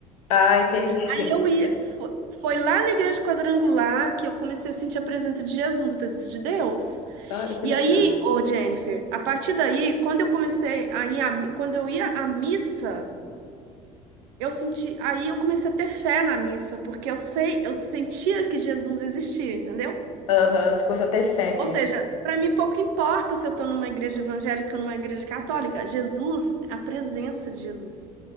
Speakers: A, on the left; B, on the right.
A: Ah, entendi.
B: Aí
A: <laughs>
B: eu ia, foi, foi lá na igreja quadrangular que eu comecei a sentir a presença de Jesus, a presença de Deus.
A: Olha que
B: E
A: legal.
B: aí, ô Jennifer, a partir daí, quando eu comecei a ir, à mi- quando eu ia à missa, Eu senti, aí eu comecei a ter fé na missa, porque eu sei, eu sentia que Jesus existia, entendeu?
A: Aham, você começou a ter fé mesmo.
B: Ou seja, para mim pouco importa se eu estou numa igreja evangélica ou numa igreja católica, Jesus, a presença de Jesus.